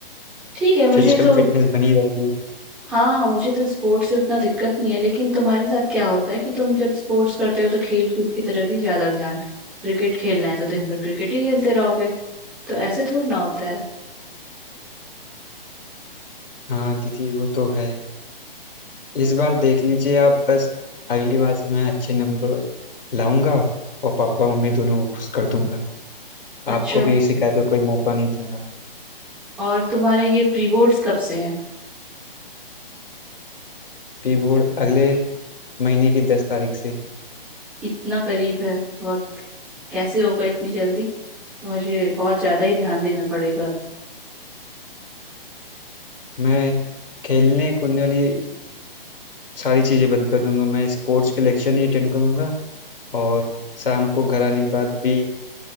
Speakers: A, in the centre; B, on the left (about 65°).
A: ठीक है मुझे
B: फिजिकल
A: तो
B: फिटनेस बनी रहेगी
A: हाँ हाँ मुझे तो स्पोर्ट्स से उतना दिक्कत नहीं है लेकिन तुम्हारे साथ क्या होता है कि तुम जब स्पोर्ट्स करते हो तो खेल कूद की तरफ ही ज्यादा ध्यान क्रिकेट खेलना है तो दिन भर क्रिकेट ही खेलते रहोगे तो ऐसे थोड़ी ना होता है
B: हाँ दीदी वो तो है इस बार देख लीजिए आप बस अगली बार से मैं अच्छे नंबर लाऊंगा और पापा मम्मी दोनों को खुश कर दूंगा
A: अच्छा
B: आपको भी शिकायत का कोई मौका नहीं दूंगा
A: और तुम्हारे ये प्री बोर्ड्स कब से हैं
B: पी बोर्ड अगले महीने की दस तारीख से
A: इतना करीब है वक्त कैसे होगा इतनी जल्दी मुझे बहुत ज्यादा ही ध्यान देना पड़ेगा
B: मैं खेलने कूदने वाली सारी चीज़ें बंद कर दूंगा मैं स्पोर्ट्स के लेक्चर नहीं अटेंड करूंगा और शाम को घर आने के बाद भी